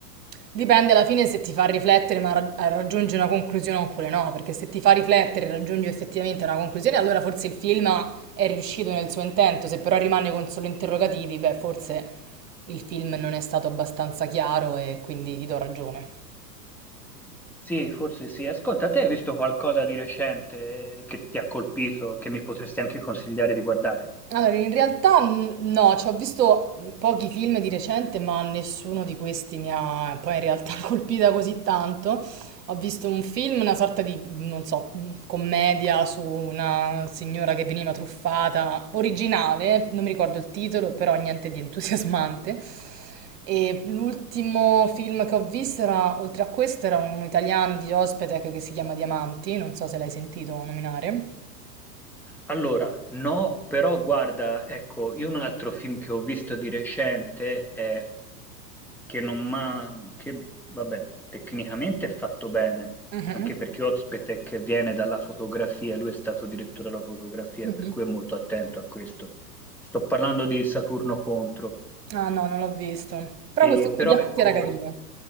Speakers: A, on the right; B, in the centre.
A: Dipende alla fine se ti fa riflettere ma ra- raggiungi una conclusione oppure no, perché se ti fa riflettere e raggiungi effettivamente una conclusione, allora forse il film è riuscito nel suo intento, se però rimane con solo interrogativi, beh, forse il film non è stato abbastanza chiaro e quindi ti do ragione.
B: Sì, forse sì. Ascolta, te hai visto qualcosa di recente eh, che ti ha colpito, che mi potresti anche consigliare di guardare?
A: Allora, in realtà n- no, ci ho visto pochi film di recente, ma nessuno di questi mi ha poi in realtà <laughs> colpita così tanto. Ho visto un film, una sorta di, non so, commedia su una signora che veniva truffata, originale, non mi ricordo il titolo, però niente di entusiasmante. E l'ultimo film che ho visto era, oltre a questo, era un italiano di Ospetec che si chiama Diamanti, non so se l'hai sentito nominare.
B: Allora, no, però guarda, ecco, io un altro film che ho visto di recente è che non ma che vabbè, tecnicamente è fatto bene,
A: Mhm,
B: anche perché Ozpete che viene dalla fotografia, lui è stato direttore della fotografia,
A: mhm.
B: per cui è molto attento a questo. Sto parlando di Saturno Contro,
A: Ah no, non l'ho visto. Però
B: e,
A: questo qui
B: però
A: Diamanti
B: ecco,
A: era carino.